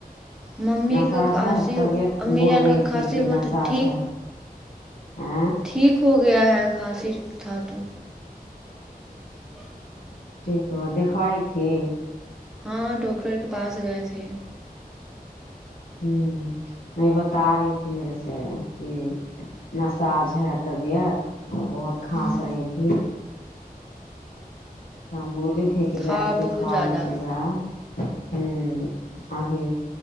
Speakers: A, in the centre; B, on the left.
A: ممی
B: نساج
A: کا کھانسی
B: ہے طبیعت
A: امی
B: بول
A: جان
B: رہی
A: کا کھانسی
B: تھی کہ
A: ہوا
B: نساج
A: تھا ٹھیک
B: ہے ا
A: ٹھیک ہو گیا ہے کھانسی تھا تو <unintelligible>
B: ٹھیک ہوا دکھوائی تھی
A: ہاں ڈاکٹر کے پاس گئے تھے
B: ہوں نہیں بتا رہی تھی میرے سے کہ نساج ہے طبیعت اور بہت کھانس
A: ہوں
B: رہی تھی تو ہم بولے تھے کہ
A: تھا
B: جا کے دیکوا
A: بہت زیادہ
B: لیجے گا ہمم ابھی